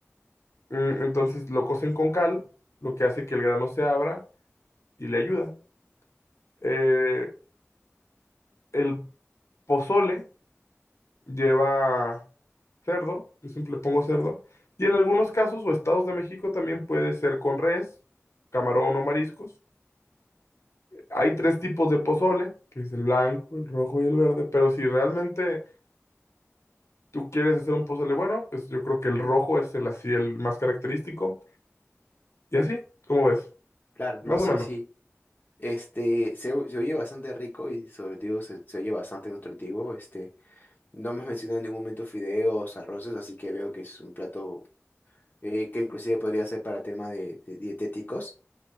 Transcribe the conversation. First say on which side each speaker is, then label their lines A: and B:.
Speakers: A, on the left; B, on the left.
A: Mm, Entonces lo cocen con cal, lo que hace que el grano se abra y le ayuda. Eh, el pozole lleva cerdo, yo siempre le pongo cerdo, y en algunos casos o estados de México también puede ser con res, camarón o mariscos. Hay tres tipos de pozole, que es el blanco, el rojo y el verde, pero si realmente tú quieres hacer un pozole bueno, pues yo creo que el rojo es el así el más característico, y así, ¿cómo ves?
B: Claro,
A: Más
B: no, sí,
A: o menos.
B: sí. Este, se, o- se oye bastante rico y sobre todo se, se oye bastante nutritivo. Este, no me has mencionado en ningún momento fideos, arroces, así que veo que es un plato eh, que inclusive podría ser para tema de de dietéticos.